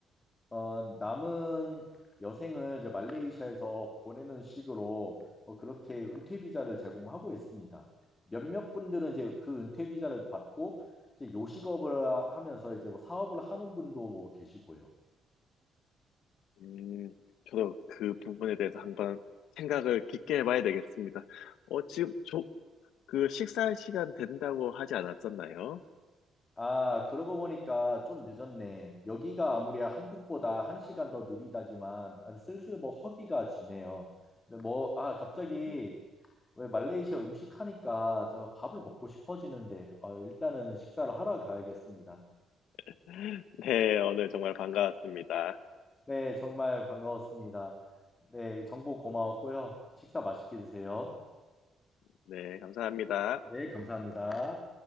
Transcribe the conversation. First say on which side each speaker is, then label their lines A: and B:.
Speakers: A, on the left (about 25°); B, on the left (about 80°).
A: 어, 남은 여생을 이제 말레이시아에서 보내는 식으로 어, 그렇게 은퇴 비자를 제공하고 있습니다. 몇몇 분들은 이제 그 은퇴 비자를 받고 이제 요식업을 하면서 이제 뭐 사업을 하는 분도 뭐 계시고요.
B: 음, 저도 그 부분에 대해서 한번 생각을 깊게 해봐야 되겠습니다. 어, 지금 저, 그 식사 시간 된다고 하지 않았었나요?
A: 아, 그러고 보니까 좀 늦었네. 여기가 아무리 한국보다 한 시간 더 느리다지만 아, 슬슬 뭐 허기가 지네요. 근데 뭐, 아, 갑자기
B: 네,
A: 왜 말레이시아 음식 하니까 저 밥을 먹고 싶어지는데 어, 일단은 식사를 하러 가야겠습니다.
B: <laughs> 네, 오늘 정말 반가웠습니다.
A: 네, 정말 반가웠습니다. 네, 정보 고마웠고요. 식사 맛있게 드세요.
B: 네, 감사합니다.
A: 네, 감사합니다.